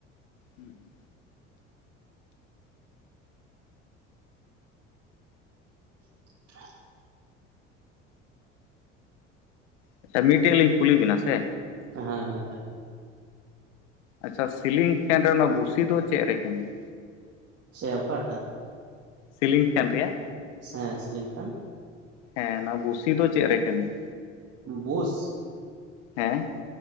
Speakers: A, on the left; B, on the right.
A: ᱦᱩᱸ,
B: <inaudible>
A: ᱢᱮᱫᱴᱮᱫ ᱢᱤᱫᱴᱮ ᱞᱤᱧ ᱠᱩᱞᱤ ᱵᱤᱱᱟ ᱥᱮ?
B: ᱦᱮᱸ ᱦᱮᱸ ᱞᱮᱵᱤᱱ,
A: ᱟᱪᱪᱷᱟ ᱥᱤᱞᱤᱝ ᱯᱷᱮᱱ ᱨᱮ ᱚᱱᱟ ᱵᱩᱥᱤ ᱫᱚ ᱪᱮᱫ ᱨᱮ ᱠᱟᱹᱢᱤᱭᱟ?
B: ᱪᱷᱮ ᱚᱠᱟᱴᱟᱜ?
A: ᱥᱤᱞᱤᱝ ᱯᱷᱮᱱ ᱨᱮᱭᱟᱜ,
B: ᱦᱮᱸ ᱥᱤᱞᱤᱤᱝ ᱯᱷᱮᱱ,
A: ᱦᱮᱸ ᱱᱚᱣᱟ ᱵᱩᱥᱤ ᱫᱚ ᱪᱮᱫ ᱨᱮ ᱠᱟᱹᱢᱤᱭᱟ?
B: ᱵᱩᱥᱻ,
A: ᱦᱮᱸ,